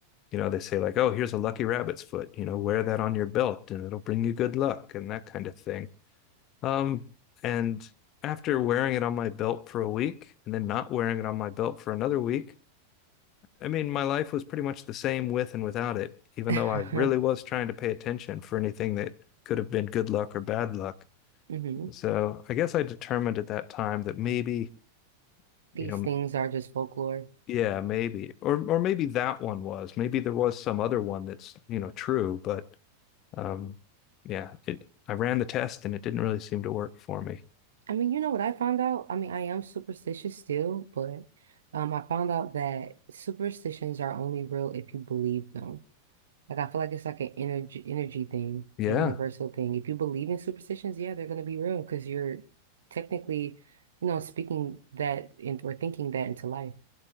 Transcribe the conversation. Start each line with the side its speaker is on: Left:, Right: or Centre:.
Left: you know they say like oh here's a lucky rabbit's foot you know wear that on your belt and it'll bring you good luck and that kind of thing um and after wearing it on my belt for a week and then not wearing it on my belt for another week i mean my life was pretty much the same with and without it even
Right: <laughs>
Left: though i really was trying to pay attention for anything that could have been good luck or bad luck
Right: mm-hmm.
Left: so i guess i determined at that time that maybe
Right: These
Left: you know
Right: things are just folklore.
Left: yeah maybe or or maybe that one was maybe there was some other one that's you know true but Um, yeah, it I ran the test and it didn't really seem to work for me.
Right: I mean, you know what I found out? I mean, I am superstitious still, but um, I found out that superstitions are only real if you believe them. Like I feel like it's like an energy energy thing,
Left: Yeah.
Right: a universal thing. If you believe in superstitions, yeah, they're gonna be real because you're technically, you know, speaking that in, or thinking that into life.